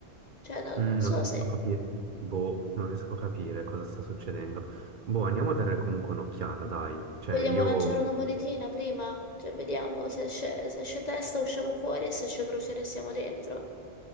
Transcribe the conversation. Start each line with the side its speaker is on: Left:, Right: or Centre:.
Left: Cioè, no-
Right: Mm,
Left: non so
Right: Non riesco
Left: se
Right: a capire, boh, non riesco a capire cosa sta succedendo. Boh, andiamo a dare comunque un'occhiata, dai. Cioè,
Left: Vogliamo
Right: io
Left: lanciare una monetina prima? Cioè, vediamo se esce, se esce testa usciamo fuori e se esce crociere siamo dentro.